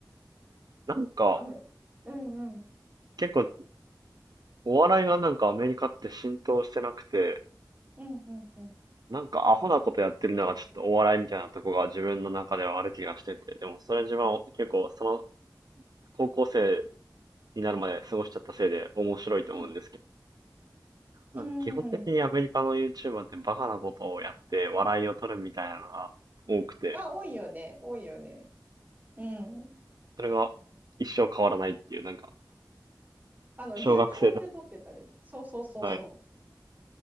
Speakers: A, on the right; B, on the right.
A: なんか、
B: あ雨。うんうん。
A: 結構、お笑いがなんかアメリカって浸透してなくて、
B: うんうんうん。
A: なんかアホなことやってるのがちょっとお笑いみたいなとこが自分の中ではある気がしてて、でもそれ自分は結構その高校生になるまで過ごしちゃったせいで面白いと思うんですけ
B: うん。うん
A: ど、なんか基本的にアメリカの YouTuber ってバカなことをやって笑いを取るみたいなのが多くて、
B: あ、多いよね。多いよね。うん。
A: それが一生変わらないっていう、なんか
B: あの、
A: 小学生の、
B: リアクションで撮ってたり。そうそうそうそう。
A: はい、